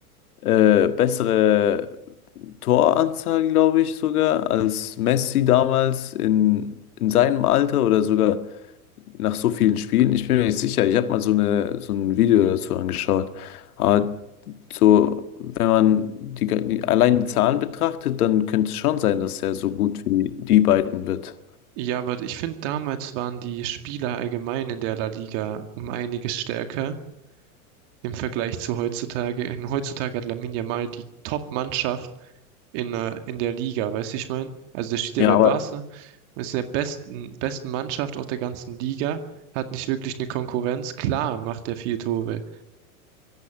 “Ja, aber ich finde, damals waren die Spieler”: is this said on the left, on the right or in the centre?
Right